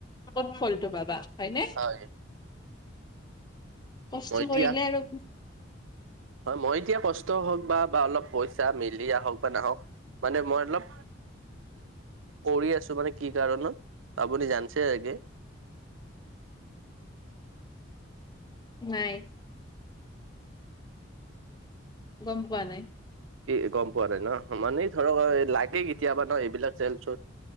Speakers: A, on the left (about 20°); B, on the right (about 85°).
A: ক'ত ফলটো পাবা। হয়নে,
B: হয়
A: কষ্ট
B: মই এতিয়া
A: কৰিলে আৰু
B: হয়, মই এতিয়া কষ্ট হওঁক বা, বা অলপ পইচা মিলি আহক বা নাহক মানে মই অলপ
A: <inaudible>
B: কৰি আছোঁ, মানে কি কাৰণত আপুনি জানিছে ছাগে।
A: নাই। গম পোৱা নাই।
B: কি গম পোৱা নাই ন! মানে ধৰক লাগে কেতিয়াবা ন এইবিলাক টেনচন।